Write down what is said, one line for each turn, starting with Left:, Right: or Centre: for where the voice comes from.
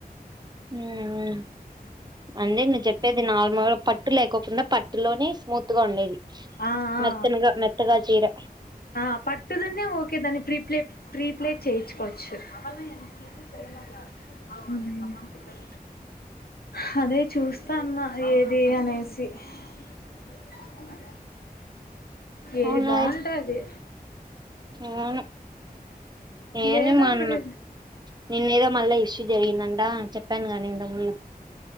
Right: ఊ ఊ అందే నువ్ చెప్పేది నార్మల్గా పట్ పట్టు లేకోకుండా పట్టులోనే స్మూత్ గా ఉండేది.
Left: ఆ ఆ
Right: మెత్తనగా మెత్తగా చీర
Left: ఆ పట్టుదున్న ఓకేదాన్ని ప్రీప్ ప్లేట్ ప్రీప్లేట్ చేయించుకోచ్చు. చేసి చేలమంగా ఊ హాదే చూస్తా అన్న ఏదీ అనేసి సీ అ ఏది
Right: అవునది
Left: బాగుంటే అది.
Right: అవును నేను
Left: ఏదో
Right: మా
Left: ఒకటి
Right: అన్న నిన్నేదో మళ్ళా ఇష్యూ జరిగిందంట చెప్పాన్గా నేను ఇంతకు ముందు